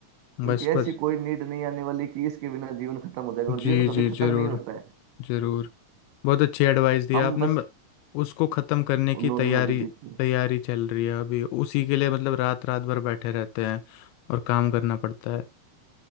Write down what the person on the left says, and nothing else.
बस बस
जी
जी
ज़रूर
ज़रूर बहुत अच्छी एडवाइस दी
आपने
म- उसको ख़त्म करने की
तैयारी
तैयारी चल रही है अभी उसी के लिए मतलब रात रात भर बैठे रहते हैं और काम करना पड़ता है